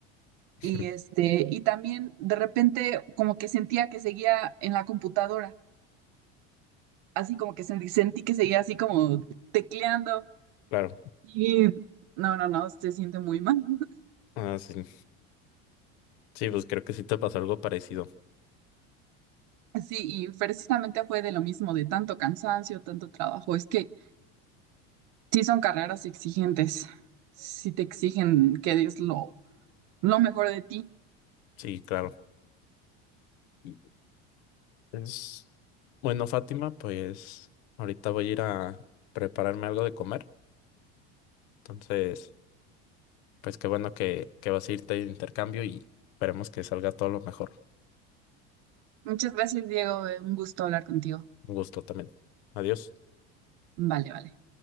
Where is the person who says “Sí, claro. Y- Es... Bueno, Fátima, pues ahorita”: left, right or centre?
Left